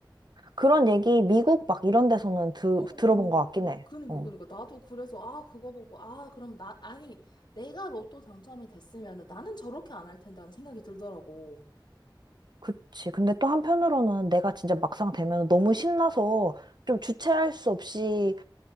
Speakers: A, on the right; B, on the left.
A: 그런 얘기 미국 막 이런 데서는 드,
B: 어, 어,
A: 들어본 것
B: 어.
A: 같긴 해.
B: 그니까,
A: 어.
B: 그니까. 나도 그래서, 아, 그거 보고, 아, 그럼 나, 아니, 내가 로또 당첨이 됐으면은 나는 저렇게 안 할 텐데 하는 생각이 들더라고.
A: 그치. 근데 또 한편으로는 내가 진짜 막상 되면 너무 신나서 좀 주체할 수 없이